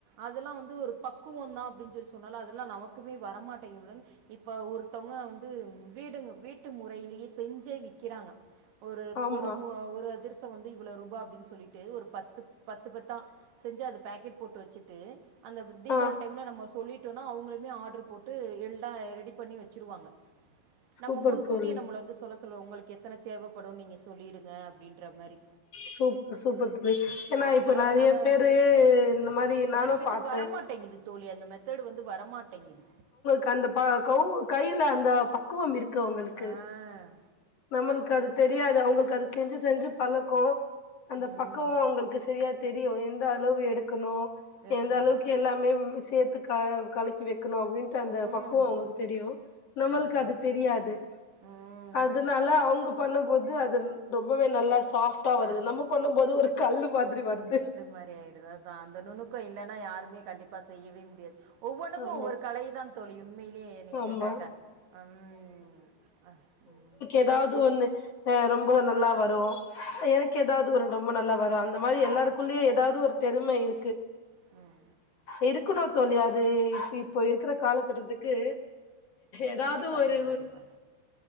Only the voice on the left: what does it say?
ஆமா.
ஆ,
சூப்பர்
தோழி.
சூப் சூப்பர் தோழி ஏன்னா இப்ப
நெறைய பேரு இந்த மாரி நானு
பாத்த
கந்த ப கவ் கையில அந்த பக்குவம் இருக்கு அவ்ங்களுக்கு
நம்மளுக்கு அது தெரியாது அவங்களுக்கு அது செஞ்சு செஞ்சு பழக்கோ அந்த
பக்குவம் அவங்களுக்கு சரியா தெரியு எந்த அளவு எடுக்கணு
எந்த அளவுக்கு எல்லாமே சேத்து கலக்கி வைக்கணு அப்டின் ன்ட அந்த
பக்குவோ அவங்களுக்கு தெரியு நம்மளுக்கு
அது தெரியாது
அதுனால அவ்ங்க பண்ணும்போது அது ரொம்பவே நல்லா சாஃப் டா
வருது நம்ம பண்ணும் போது ஒரு கல்லு மாதிரி வருது
ஆமா
ஆமா
ஏதாவ்து ஒண்ணு ரொம்ப நல்லா வரு எனக்கு ஏதாவுது ஒரு ரொம்ப நல்லா வரு அந்த அந்த மாரி
எல்லாருக்குள்ளயே ஏதாவுது ஒரு தெரும இருக்கு
இருக்கணு தோழி அது இ இப்போ இருக்கிற காலகட்டத்துக்கு ஏதாவுது
ஒரு